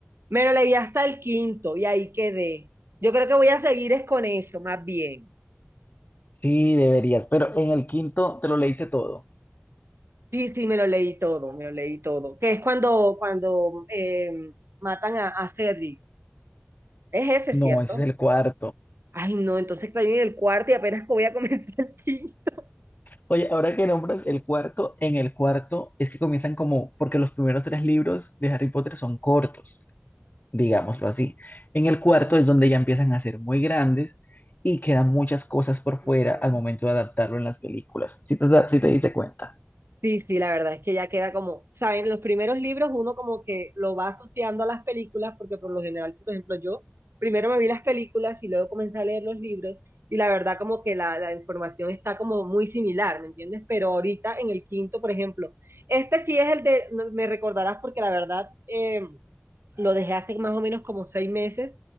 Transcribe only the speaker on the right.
Me lo leí hasta el quinto y ahí quedé. Yo creo que voy a seguir es con eso, más bien.
Sí, sí, me lo leí todo, me lo leí todo. Que es cuando, cuando eh, matan a, a Cedric. Es ese,
¿cierto?
Ay, no, entonces caí en el cuarto y apenas voy a <laughs> comenzar el quinto.
Ujú.
Sí, sí, la verdad es que ya queda como, saben, los primeros libros uno como que lo va asociando a las películas, porque por lo general, por ejemplo, yo primero me vi las películas y luego comencé a leer los libros y la verdad como que la, la información está como muy similar, ¿me entiendes? Pero ahorita en el quinto, por ejemplo, este sí es el de, no- me recordarás porque la verdad eh, lo dejé hace más o menos como seis meses,